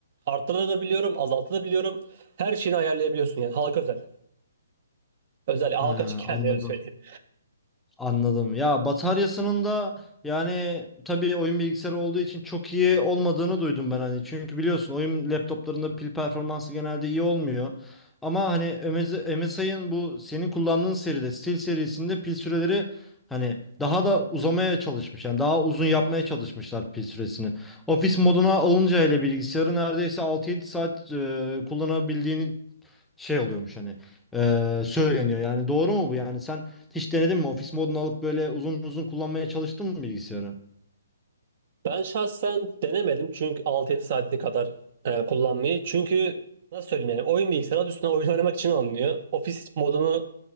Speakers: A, on the right; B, in the centre.
A: arttırabiliyorum, azaltabiliyorum. Her şeyini ayarlayabiliyorsun yani halka özel. Özel halka
B: Ha,
A: açık kendine
B: anladım.
A: öyle söyleyeyim.
B: Anladım. Ya bataryasının da yani tabii oyun bilgisayarı olduğu için çok iyi olmadığını duydum ben hani. Çünkü biliyorsun oyun laptoplarında pil performansı genelde iyi olmuyor. Ama hani MSI'ın bu senin kullandığın seride Steel serisinde pil süreleri hani daha da uzamaya çalışmış. Yani daha uzun yapmaya çalışmışlar pil süresini. Ofis moduna alınca hele bilgisayarı neredeyse 6-7 saat e, kullanabildiğini şey oluyormuş hani eee, söyleniyor yani doğru mu bu yani sen hiç denedin mi ofis modunu alıp böyle uzun uzun kullanmaya çalıştın mı bilgisayarı?
A: Ben şahsen denemedim çünkü 6-7 saati kadar e, kullanmayı. Çünkü nasıl söyleyeyim yani oyun bilgisayarı adı üstüne oyun oynamak için alınıyor. Ofis modunu